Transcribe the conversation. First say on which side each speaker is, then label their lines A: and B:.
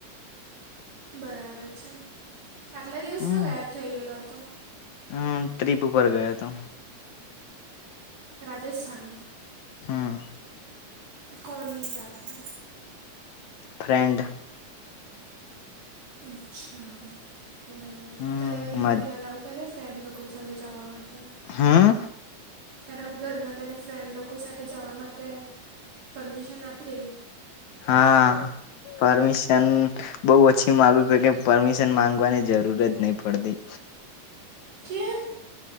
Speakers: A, on the right (about 85°); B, on the left (about 70°).
A: બરાબર છે આટલા દિવસ
B: હમ
A: કા ગાયબ થઈ ગયેલો હતો
B: હમ ટ્રીપ ઉપર ગયો હતો.
A: રાજસ્થાન.
B: હમ
A: કોની સાથે.
B: ફ્રેન્ડ.
A: અચ્છા બરાબર
B: હમ
A: તારે ઘર ના તને અલાવ કરે ફ્રેન્ડ લોકો સાથે જવા મા. તો.
B: હમ
A: તારા ઘરના તને ફ્રેન્ડ લોકો સાથે જવા માટે પરમિશન આપી દઈ
B: હા પરમિશન બઉુ ઓછી માગુ કોઈની પરમિશન માંગવાની જરૂર જ નહી પડતી.
A: કેમ.